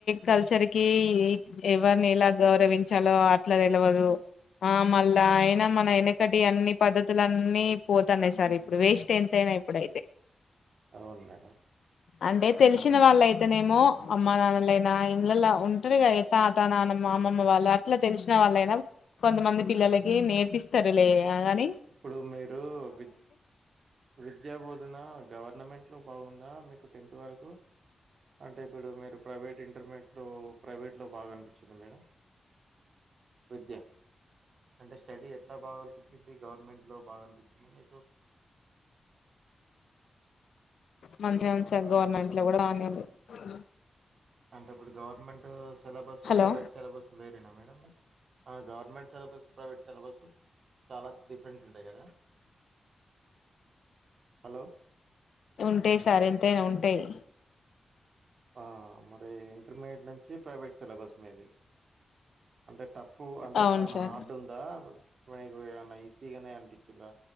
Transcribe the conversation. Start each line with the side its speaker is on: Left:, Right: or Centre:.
Left: కల్చర్ కి ఎవరిని ఎలా గౌరవించాలో అట్లా తెలువదు ఆ మళ్ళా అయినా మన వెనకటి అన్ని పద్ధతులన్నీ పోతాన్నాయి సార్ ఇప్పుడు వేస్ట్ ఎంతైనా ఇప్పుడైతే
Right: అవును మేడం
Left: అంటే తెలిసిన వాళ్ళ అయితేనేమో అమ్మ నాన్నలైనా ఇడ్లల్ల ఉంటారు కద తాత నానమ్మ అమ్మమ్మ వాళ్ళు అట్లా తెలిసిన వాళ్ళైనా కొంతమంది పిల్లలకి నేర్పిస్తారులే గని
Right: ఇప్పుడు మీరు విద్ విద్యా బోధన గవర్నమెంట్ లో బాగుందా మీకు టెన్త్ వరకు అంటే ఇప్పుడు మీరు ప్రైవేట్ ఇంటర్మీడియట్లో ప్రైవేట్లో బాగా అనిపించింది మేడం విద్య అంటే స్టడీ ఎట్లా బాగానిపించింది గవర్నమెంట్ లో బాగా అనిపించింద మీకు సో
Left: మంచి మంచి గవర్నమెంట్ లో కూడా రాలేదు అవున
Right: అంటే ఇప్పుడు government syllabus
Left: hello
Right: private syllabus వేరేనా మేడం మీకు గవర్నమెంట్ సిలబస్ ప్రైవేట్ సిలబస్ చాలా డిఫరెన్స్ ఉంటాయి కదా హలో
Left: ఉంటాయి సార్ ఎంతైనా ఉంటాయి
Right: ఆ మరి ఇంటర్మీడియట్ నుంచి ప్రైవేట్ సిలబస్ మీది అంటే టఫ్ అంటే
Left: అవును
Right: చనా
Left: సార్
Right: హార్డ్ ఉందా కి <unintelligible> న్నా ఈజీగానే అనిపించిందా